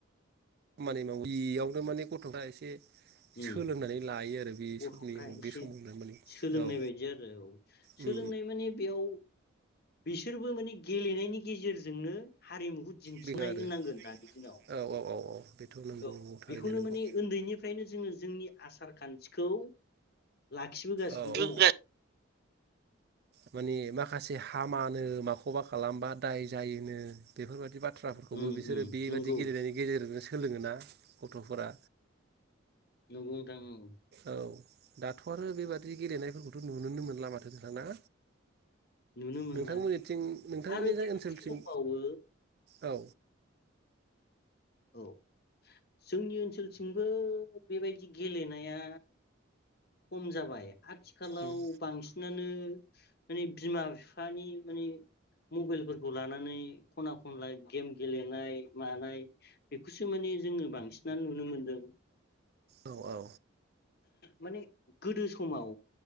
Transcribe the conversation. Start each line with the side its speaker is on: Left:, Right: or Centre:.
Right: खामानि मावो बेयावनो माने गथ'फ्रा एसे
Left: उम
Right: सोलोंनानै लायो आरो बे
Left: गथ'फ्रा
Right: समनि
Left: एसे
Right: बे समावनो माने
Left: सोलोंनाय
Right: औ
Left: बायदि जादों औ सोलोंनाय
Right: उम
Left: माने बेयाव बिसोरबो माने गेलेनायनि गेजेरजोंनो हारिमुखौ दिन्थिनाय
Right: बेनो आरो
Left: होननांगोन दानि दिनाव
Right: औ औ औ औ बेथ' नंगौ
Left: औ
Right: नंगौ थारैनो
Left: बेखौनो
Right: नंगौ
Left: नोङो उन्दैनिफ्रायनो जोङो जोंनि आसार खान्थिखौ लाखिबोगासिनो
Right: औ
Left: दङ।
Right: माने माखासे हामानो माखौबा खालामबा दाय जायोनो बेफोरबायदि बा थ्राफोरखौबो
Left: उम
Right: बिसोरो
Left: उम
Right: बेबायदि
Left: नंगौ
Right: गेलेनायनि गेजेरजों सोलोङोना गथ'फोरा
Left: नंगौ नोंथां ओम
Right: औ दाथ' आरो बेबादि गेलेनायफोरखौथ' नुोनो मोनला माथो नोंथां ना
Left: नुनो मोनला
Right: नोंथांमोननिथिं नोंथांमोननि
Left: आरो
Right: जाय
Left: बै मोनसे
Right: ओनसोलथिं
Left: दंबावो
Right: औ।
Left: औ जोंनि ओनसोलथिंमबो बेबायदि गेलेनाया खम जाबाय। आथिखालाव
Right: उम
Left: बांसिन नानो माने बिमा बिफानि माने मबाइलफोरखौ लानानै खना खनला गेम गेलेनाय मानाय बेखौसो माने जोङो बांसिनानो नुनो मोनदों।
Right: औ औ।
Left: माने गोदो समाव